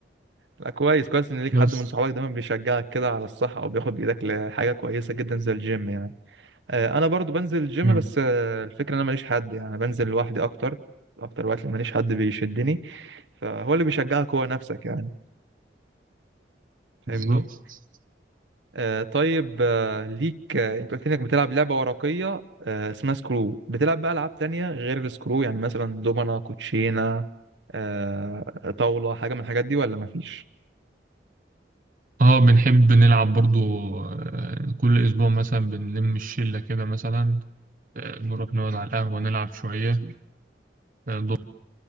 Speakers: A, on the right (about 80°); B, on the right (about 45°).
A: لا كويس كويس ان ليك
B: بس
A: حد من صحابك دايما بيشجعك كده على الصحه او بياخد بايدك لحاجه كويسه جدا زي الجيم يعني آه، انا برضو بنزل الجيم
B: مم.
A: بس آه، الفكره ان انا ماليش حد يعني بنزل لوحدي اكتر اكتر وقت ماليش حد بيشدني فهو اللي بيشجعك هو نفسك يعني فاهمني
B: بالظبط
A: آه، طيب آه، ليك آه، انت قلت لي انك بتلعب لعبه ورقيه آه، اسمها سكرو بتلعب بقى العاب تانية غير السكرو يعني مثلا دومنا كوتشينه آه، طاوله حاجه من الحاجات دي ولا مفيش
B: اه بنحب نلعب برضو آه، كل أسبوع مثلا بنلم الشلة كده مثلا آه، نروح نقعد على القهوة نلعب شوية آه،